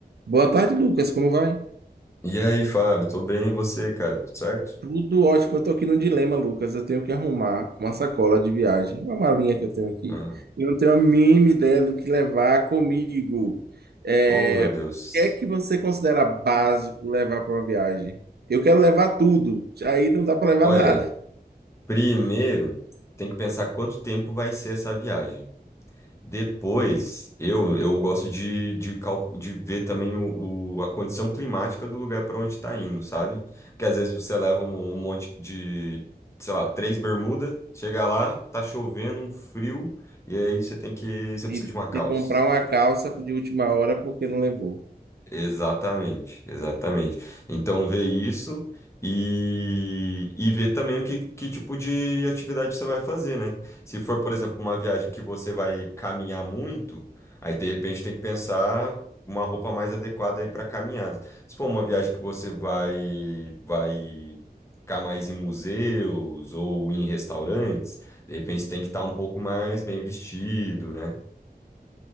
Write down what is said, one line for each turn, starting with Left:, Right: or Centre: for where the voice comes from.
Right: Boa tarde, Lucas. Como vai?
Left: E aí, Fábio, tô bem, e você, cara? Tudo certo?
Right: Tudo ótimo. Eu tô aqui num dilema, Lucas. Eu tenho que arrumar uma sacola de viagem, uma malinha que eu tenho aqui.
Left: Ah,
Right: Eu não tenho a mínima ideia do que levar comigo. É,
Left: oh, meu Deus.
Right: O que é que você considera básico levar para uma viagem? Eu quero levar tudo. Aí não dá para levar
Left: Olha,
Right: nada.
Left: primeiro tem que pensar quanto tempo vai ser essa viagem. Depois, eu, eu gosto de, de, calcu- de ver também o, o- a condição climática do lugar para onde está indo, sabe? Porque às vezes você leva um, um monte de, sei lá, três bermudas, chega lá, tá chovendo, um frio, e aí você tem que, você precisa
Right: E,
Left: de uma calça.
Right: e comprar uma calça de última hora porque não levou.
Left: Exatamente, exatamente. Então, ver isso e, e ver também o que, que tipo de atividade você vai fazer, né? Se for, por exemplo, uma viagem que você vai caminhar muito, aí de repente tem que pensar uma roupa mais adequada aí para caminhada. Se for uma viagem que você vai, vai ficar mais em museus ou em restaurantes, de repente tem que estar um pouco mais bem vestido, né?